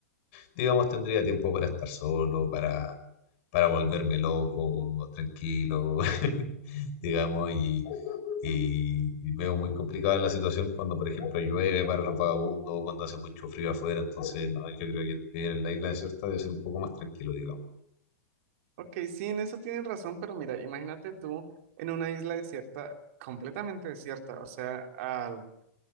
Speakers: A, on the left; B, on the right.
A: digamos, tendría tiempo para estar solo, para, para volverme loco, tranquilo, <laughs> digamos, y, y, y veo muy complicada la situación cuando, por ejemplo, llueve para los vagabundos, cuando hace mucho frío afuera, entonces, no, yo creo que vivir en la isla desierta debe ser un poco más tranquilo, digamos.
B: Ok, sí, en eso tienes razón, pero mira, imagínate tú en una isla desierta, completamente desierta, o sea, al,